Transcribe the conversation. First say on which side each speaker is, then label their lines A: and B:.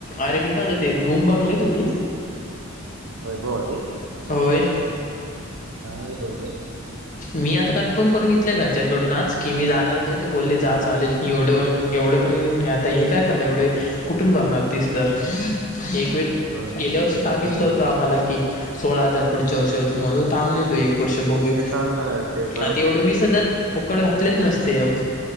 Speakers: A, on the left; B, on the right.
A: अरे मी काय म्हणतोय ते, रूम बगले तुम्ही.
B: वैभववाडी?
A: होय?
B: नाही रे बघले.
A: मी आता कन्फर्म करून घेतलंय घरच्यांकडून आज, की मी जाणारच आहे ते बोलले जा चालेल‌. एवढं एवढं पण आता हे काय करणार एवढे, कुठून भरणार तीस हजार एक वेळ.
B: हो
A: गेल्या
B: ते
A: वर्षी सांगितलं
B: पण आहे
A: होतं आम्हाला की, सोळा हजार पुढच्या वर्षी होतील म्हणून. थाबलेलोय एक वर्ष बघूया.
B: आणलं <unintelligible>
A: आता एवढे वीस हजार फुकट घातलेच नसते.